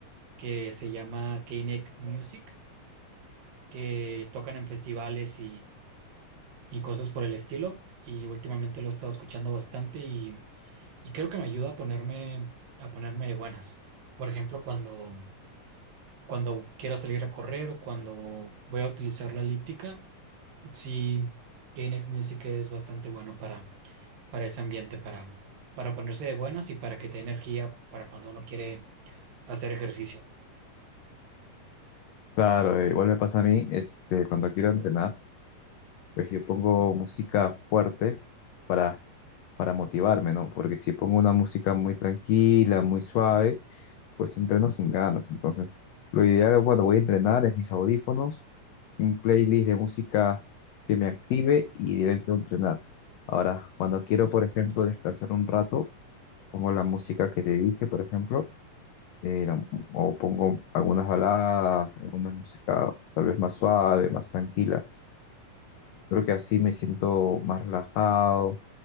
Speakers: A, on the right; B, on the left.
A: que se llama K-Neck Music, que tocan en festivales y cosas por el estilo. Y últimamente lo he estado escuchando bastante y, y creo que me ayuda a ponerme, a ponerme de buenas. Por ejemplo, cuando, cuando quiero salir a correr o cuando voy a utilizar la elíptica, sí, Gainic Music es bastante bueno para, para ese ambiente, para, para ponerse de buenas y para que te dé energía para cuando uno quiere hacer ejercicio.
B: Claro, eh, igual me pasa a mí, este, cuando quiero entrenar, pues yo pongo música fuerte para, para motivarme, ¿no? Porque si pongo una música muy tranquila, muy suave, pues entreno sin ganas. Entonces, lo ideal es cuando voy a entrenar es mis audífonos, un playlist de música que me active y directo a entrenar. Ahora, cuando quiero, por ejemplo, descansar un rato, pongo la música que te dije, por ejemplo, eh, la- o pongo algunas baladas, alguna música tal vez más suave, más tranquila. Creo que así me siento más relajado,